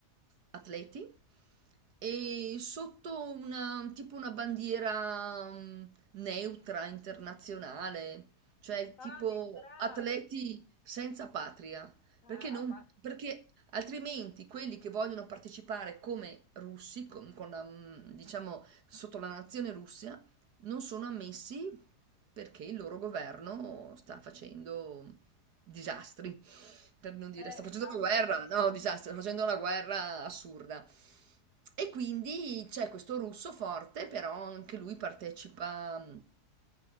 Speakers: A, on the right; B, on the left.
A: atleti e sotto una tipo una bandiera mm, neutra internazionale cioè tipo
B: Ah, neutrale.
A: atleti senza patria,
B: Ah,
A: perché, non,
B: ah, pa-
A: perché altrimenti quelli che vogliono partecipare come russi, con, con la, mm, diciamo sotto la nazione Russia, non sono ammessi perché il loro governo sta facendo disastri per non dire
B: eh,
A: sta facendo
B: esatto.
A: una guerra, no, disastro, sta facendo una guerra assurda. E quindi c'è questo russo forte, però anche lui partecipa, mm,